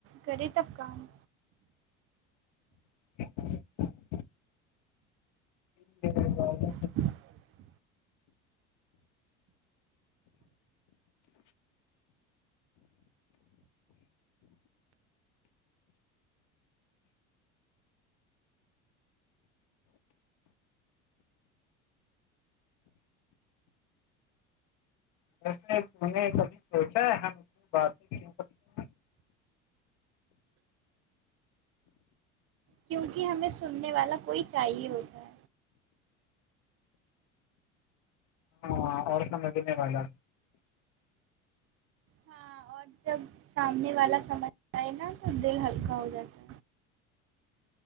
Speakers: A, on the right; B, on the left.
A: کرے تب کام
B: <unintelligible> <unintelligible>
A: <unintelligible>
B: <unintelligible> ہیں
A: کیوںکہ ہمیں سننے والا کوئی چاہیے ہوتا ہے
B: ہاں اور سب مزنے میں والا
A: ہاں اور جب سامنے والا سمجھ آ ہے نا تو دل ہلکا ہو جاتا ہے